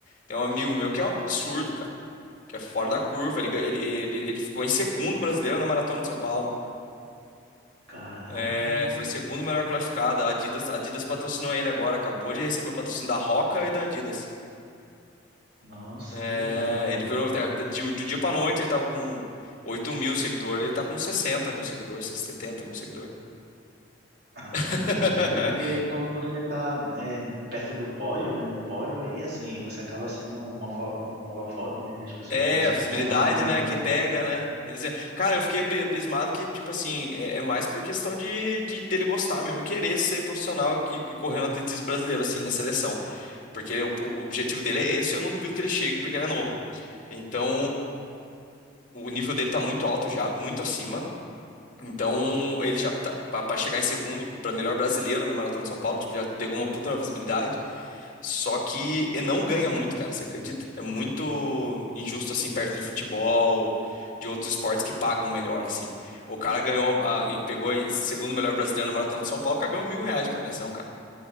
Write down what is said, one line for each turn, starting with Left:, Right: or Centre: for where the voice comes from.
Left: Tem um amigo meu que é um absurdo, cara, que é fora da curva. Ele, gan- ele, ele, ele ficou em segundo brasileiro na Maratona de São Paulo.
Right: Caraca,
Left: É,
Right: mano,
Left: foi segundo melhor classificado. A Adidas, a Adidas patrocinou ele agora, acabou de receber o patrocínio da Roca e da Adidas.
Right: nossa,
Left: É,
Right: que legal, velho.
Left: ele virou até- de, de um dia pra noite, ele tava com 8 mil seguidores, ele tá com 60 mil seguidores, 70 mil seguidores.
Right: Ah,
Left: <laughs>
Right: cara, é, porque quando você tá é, perto do pódio, né, no pódio, aí assim, você acaba sendo uma, fo- um holofote, né, e as pessoas
Left: É,
Right: começam,
Left: a visibilidade,
Right: passam a conhecer
Left: né, que
Right: você.
Left: pega, né? Quer dizer, Cara, eu fiquei abi- abismado que, tipo assim, é, é mais por questão de, de- dele gostar mesmo, e querer ser profissional que, que correu no atletismo brasileiro, assim, na seleção. Porque o, o objetivo dele é esse, eu não duvido que ele chegue, porque ele é novo. Então, o nível dele tá muito alto já, muito acima. Então, ele já tá, para chegar em segundo, bra- melhor brasileiro na Maratona de São Paulo, tipo, já pegou uma puta uma visibilidade, só que ele não ganha muito, cara, você acredita? É muito injusto assim perto de futebol, de outros esportes que pagam melhor assim. O cara ganhou, a- em- pegou em segundo melhor brasileiro na Maratona de São Paulo, o cara ganhou mil reais de premiação, cara.